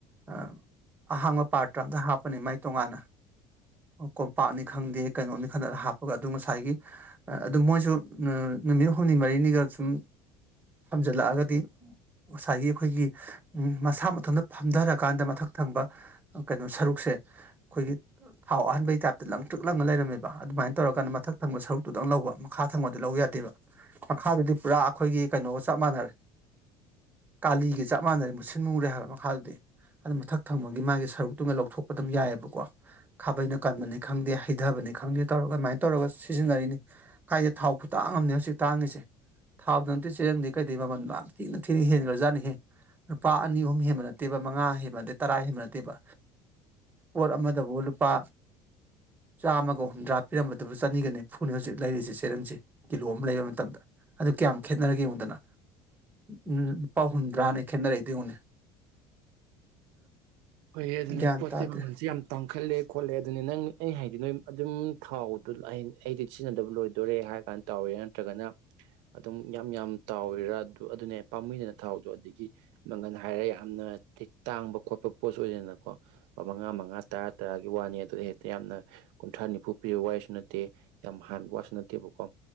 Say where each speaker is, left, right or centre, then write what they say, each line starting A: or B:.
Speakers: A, on the right; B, on the right.
A: ꯑ ꯑꯍꯥꯡꯕ ꯄꯥꯇ꯭ꯔ ꯑꯝꯇ ꯍꯥꯞꯄꯨꯅꯦ ꯃꯥꯏ ꯇꯣꯉꯥꯟꯅ
B: <inaudible>
A: ꯀꯣꯝꯄꯥꯛꯅꯤ ꯈꯪꯗꯦ ꯀꯩꯅꯣꯅꯤ <unintelligible> ꯍꯥꯞꯄꯒ ꯑꯗꯨ ꯉꯁꯥꯏꯒꯤ ꯑꯗꯨ ꯃꯣꯏꯖꯨ ꯑ ꯅꯨ ꯃꯤꯠ ꯍꯨꯝꯅꯤ ꯃꯔꯤꯅꯤꯒꯥ ꯁꯨꯝ ꯐꯝꯖꯤꯜꯂꯛꯑꯒꯗꯤ ꯉꯁꯥꯏꯒꯤ ꯑꯈꯣꯏꯒꯤ ꯎꯝ ꯃꯁꯥ ꯃꯊꯣꯟꯗ ꯐꯝꯗꯔꯀꯥꯟꯗ ꯃꯊꯛ ꯊꯪꯕ ꯑ ꯀꯩꯅꯣ ꯁꯔꯨꯛꯁꯦ ꯑꯈꯣꯏꯒꯤ ꯊꯥꯎ ꯑꯍꯟꯕꯩ ꯇꯥꯏꯞꯇ ꯂꯪ ꯇ꯭ꯔꯤꯛ ꯂꯪꯉ ꯂꯩꯔꯝꯃꯦꯕ ꯑꯗꯨꯃꯥꯏꯅ ꯇꯧꯔꯀꯥꯟꯗ ꯃꯊꯛ ꯊꯪꯕ ꯁꯔꯨꯛꯇꯨꯗꯪ ꯂꯧꯕ ꯃꯈꯥ ꯊꯪꯕꯗꯤ ꯂꯧ ꯌꯥꯗꯦꯕ ꯃꯈꯥꯗꯨꯗꯤ ꯄꯨꯔꯥ ꯑꯈꯣꯏꯒꯤ ꯀꯩꯅꯣꯒ ꯆꯞ ꯃꯥꯟꯅꯔꯦ
B: <inaudible>
A: ꯇꯥꯜꯂꯤꯒꯤ ꯆꯞ ꯃꯥꯟꯅꯔꯦ ꯃꯨꯁꯤꯟ ꯃꯨꯔꯦ ꯍꯥꯏꯕ ꯃꯈꯥꯗꯨꯗꯤ ꯑꯗꯨ ꯃꯊꯛ ꯊꯪꯕꯒꯤ ꯃꯥꯒꯤ ꯁꯔꯨꯛꯇꯨꯃ ꯂꯧꯊꯣꯛꯄ ꯗꯨꯝ ꯌꯥꯏꯕ
B: <inaudible>
A: ꯈꯥꯕꯩꯅ ꯀꯟꯕꯅꯤ ꯈꯪꯗꯦ ꯍꯩꯗꯕꯅꯤ ꯈꯪꯗꯦ ꯇꯧꯔꯒ ꯑꯗꯨꯃꯥꯏꯅ ꯇꯧꯔꯒ ꯁꯤꯖꯤꯟꯅꯔꯤꯅꯤ ꯀꯥꯏꯗꯩ ꯊꯥꯎ ꯈꯨꯇꯥꯡ ꯑꯝꯅꯦ ꯍꯧꯖꯤꯛ ꯇꯥꯡꯉꯤꯁꯦ ꯊꯥꯎꯗ ꯅꯠꯇꯦ ꯆꯦꯔꯡꯗꯩ ꯀꯩꯗꯩ ꯃꯃꯜ <unintelligible> ꯌꯥꯝ ꯊꯤꯅ ꯊꯤꯅ ꯍꯦꯟꯈ꯭ꯔꯖꯥꯠꯅꯤꯍꯦ ꯂꯨꯄꯥ ꯑꯅꯤ ꯑꯍꯨꯝ ꯍꯦꯟꯕ ꯅꯠꯇꯦꯕ ꯃꯉꯥ ꯍꯦꯟꯕ ꯅꯠꯇꯦ ꯇꯔꯥ ꯍꯦꯟꯕ ꯅꯠꯇꯦꯕ ꯄꯣꯠ ꯑꯃꯗꯕꯨ ꯂꯨꯄꯥ ꯆꯥꯝꯃꯒ ꯍꯨꯝꯗ꯭ꯔꯥ ꯄꯤꯔꯝꯕꯗꯨ ꯆꯅꯤꯒ ꯅꯤꯝꯐꯨꯅꯦ ꯍꯨꯖꯤꯛ ꯂꯩꯔꯤꯖꯦ ꯆꯦꯔꯪꯖꯦ ꯀꯤꯂꯣ ꯑꯃ ꯂꯩꯕ ꯃꯇꯝꯗ ꯑꯗꯨ ꯀꯌꯥꯝ ꯈꯦꯠꯅꯔꯒꯦ ꯌꯦꯡꯉꯨꯗꯅ ꯎꯝ ꯂꯨꯄꯥ ꯍꯨꯝꯗ꯭ꯔꯥꯅꯦ ꯈꯦꯠꯅꯔꯛꯏꯗꯣ ꯌꯦꯡꯉꯣꯅꯦ
B: ꯍꯣꯏ ꯑꯗꯨꯅꯦ
A: ꯒ꯭ꯌꯥꯟ
B: ꯄꯣꯠ
A: ꯇꯥꯗꯦ
B: ꯆꯩꯩ ꯃꯃꯟꯁꯦ ꯌꯥꯝ ꯇꯥꯡꯈꯠꯂꯦ ꯈꯣꯠꯂꯦ ꯑꯗꯨꯅꯦ ꯅꯪ ꯑꯩ ꯍꯥꯏꯗꯤ ꯅꯣꯏ ꯑꯗꯨꯝ ꯊꯥꯎꯗꯣ ꯑꯩ ꯑꯩꯗꯤ ꯁꯤꯖꯤꯟꯅꯗꯕ ꯂꯣꯏꯗꯣꯔꯦ ꯍꯥꯏꯔ ꯀꯥꯟꯗ ꯇꯥꯎꯋꯦ ꯅꯠꯇ꯭ꯔꯒꯅ ꯑꯗꯨꯝ ꯌꯥꯝ ꯌꯥꯝ ꯇꯥꯎꯋꯤꯔꯥ ꯑꯗꯨꯅꯦ ꯄꯥꯝꯃꯨꯏꯗꯅ ꯊꯥꯎꯗꯣ ꯑꯗꯒꯤ ꯃꯪꯒꯟ ꯍꯥꯏꯔꯦ ꯌꯥꯝꯅ ꯇꯦꯛ ꯇꯥꯡꯕ ꯈꯣꯠꯄ ꯄꯣꯠꯁꯨ ꯑꯣꯏꯗꯦꯅꯀꯣ ꯄꯥ ꯃꯉꯥ ꯃꯉꯥ ꯇꯔꯥ ꯇꯔꯥꯒꯤ ꯋꯥꯅꯤ ꯑꯗꯨ ꯍꯦꯛꯇ ꯌꯥꯝꯅ ꯀꯨꯟꯊ꯭ꯔꯥ ꯅꯤꯝꯐꯨ ꯄꯤꯕ ꯋꯥꯔꯤꯁꯨ ꯅꯠꯇꯦ ꯌꯥꯝ ꯍꯥꯟꯕ ꯋꯥꯁꯨ ꯅꯠꯇꯦꯕꯀꯣ